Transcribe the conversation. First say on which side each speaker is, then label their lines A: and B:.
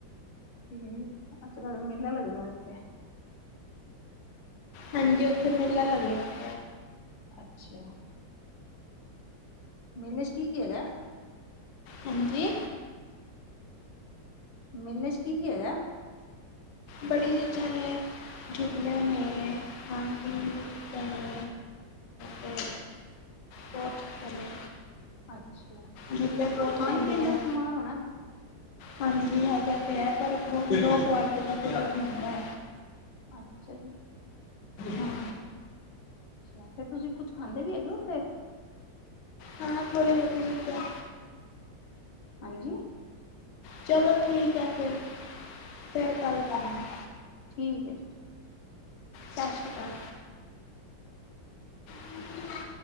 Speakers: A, on the left (about 85°); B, on the left (about 70°).
A: ਠੀਕ, ਅੱਛਾ ਤੁਹਾਡਾ ਮੇਲਾ ਲੱਗਦਾ ਇੱਥੇ।
B: ਹਾਂਜੀ ਉਥੇ ਮੇਲਾ ਲੱਗਦਾ।
A: ਅੱਛਾ। ਮੇਲੇ 'ਚ ਕੀ-ਕੀ ਹੈਗਾ?
B: ਹਾਂਜੀ।
A: ਮੇਲੇ 'ਚ ਕੀ-ਕੀ ਹੈਗਾ?
B: ਬੜੀ ਚੀਜ਼ਾਂ ਨੇ ਝੁਬਲਿਆਂ, ਨੇ ਖਾਣ ਪੀਣ ਦੀ ਚੀਜ਼ਾਂ ਨੇ। ਤੇ ਬਹੁਤ ਚੁੱਕੇ ਨੇ
A: ਅੱਛਾ,
B: ਜੂਲਰ ਬਹੁਤ
A: ਖਾਣ-ਪੀਣ
B: ਮਹਿੰਗੇ ਨੇ
A: ਦਾ ਸਮਾਨ ਹੋਣਾ।
B: ਹਾਂਜੀ ਹੈਗਾ ਤੇ ਹੈ ਪਰ ਬਹੁਤ ਲੋਅ ਕੁਆਲਿਟੀ ਦਾ <unintelligible> ਮਿਲਦਾ।
A: ਅੱਛਾ ਜੀ।
B: ਹਾਂ।
A: ਅੱਛਾ ਫੇਰ ਤੁਸੀਂ ਕੁੱਝ ਖਾਂਦੇ ਵੀ ਹੈਗੇ ਓ ਉਥੇ।
B: ਹਾਂ ਥੋੜੀ ਬਹੁਤੀ ਚੀਜਾਂ।
A: ਹਾਂਜੀ
B: ਚਲੋ ਠੀਕ ਹੈ ਫੇਰ, ਫੇਰ ਗੱਲ ਕਰਾਗੇ।
A: ਠੀਕ ਏ ਜੀ।
B: ਸਾਸਰੀ ਕਾਲ। <inaudible>